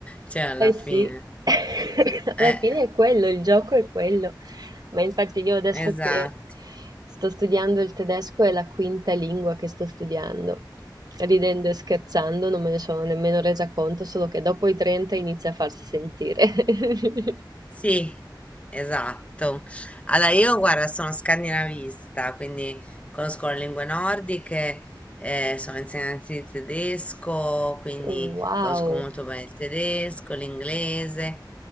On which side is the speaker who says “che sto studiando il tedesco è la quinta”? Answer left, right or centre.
Right